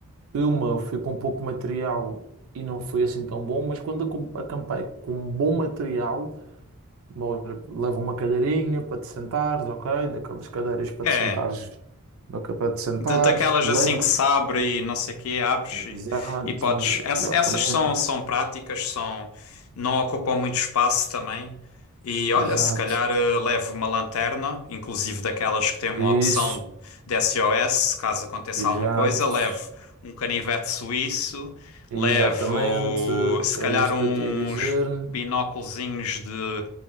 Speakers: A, on the right (about 65°); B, on the left (about 70°).
A: Uma eu fui com pouco material e não foi assim tão bom, mas quando acom- acampei com bom material, olha, leva uma cadeirinha para te sentares, ok? Daquelas cadeiras para
B: É,
A: te sentares, daque- para te sentares,
B: Da- daquelas
A: leva.
B: assim que se abre e não sei o quê, abres
A: Exato,
B: e, e podes. ess-
A: exatamente,
B: essas são, são práticas, são, não ocupam muito espaço também. E olha,
A: exato.
B: se calhar eh, levo uma lanterna, inclusive daquelas que têm uma
A: Isso,
B: opção de SOS, caso aconteça
A: exato,
B: alguma coisa. Levo um canivete suíço,
A: exatamente,
B: levo se
A: era
B: calhar
A: isso
B: uns
A: que eu te ia dizer.
B: binóculozinhos de,